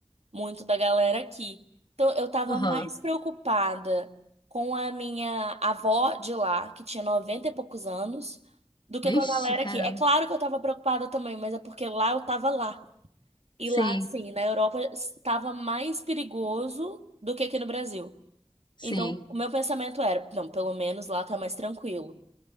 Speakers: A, on the right; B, on the left.
A: muito da galera aqui. Então, eu tava
B: Aham.
A: mais preocupada com a minha avó de lá, que tinha 90 e poucos anos, do que
B: Vixe,
A: com a galera
B: caramba.
A: aqui. É claro que eu tava preocupada também, mas é porque lá eu tava lá. E
B: Sim,
A: lá, assim, na Europa, estava mais perigoso do que aqui no Brasil.
B: sim.
A: Então, o meu pensamento era, não, pelo menos lá tá mais tranquilo.